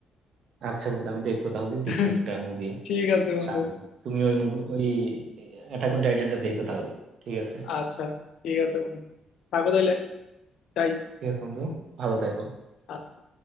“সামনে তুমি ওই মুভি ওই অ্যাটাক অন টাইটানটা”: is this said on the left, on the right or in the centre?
Right